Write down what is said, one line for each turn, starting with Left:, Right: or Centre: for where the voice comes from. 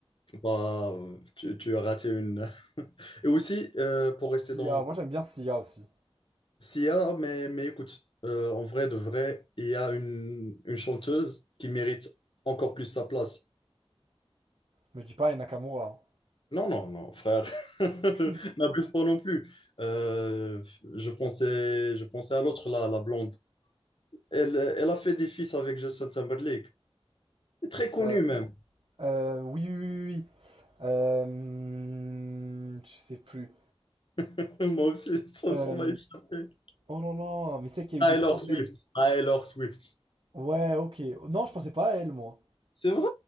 Left: c'est pas- tu, tu as raté une. <laughs> Et aussi, euh, pour rester
Right: Sia,
Left: dans
Right: moi j'aime bien Sia aussi.
Left: Sia, mais, mais écoute, euh, en vrai, de vrai, il y a une, une chanteuse qui mérite encore plus sa place.
Right: Me dis pas et Nakamura. hein.
Left: Non, non, non, frère, <laughs>
Right: <laughs>
Left: n'abuse pas non plus. Euh, je pensais, je pensais à l'autre, là, la blonde. Elle, elle a fait des feats avec Justin Timberlake. Très connue
Right: Euh,
Left: même.
Right: euh, oui, oui, oui, oui. Euh, je sais plus.
Left: <laughs> Moi aussi, ça,
Right: Euh,
Left: ça m'a échappé.
Right: oh là là, mais c'est qu'il y a
Left: Taylor
Right: eu des problèmes.
Left: Swift. Taylor Swift.
Right: Ouais, ok. Non, je pensais pas à elle, moi.
Left: C'est vrai?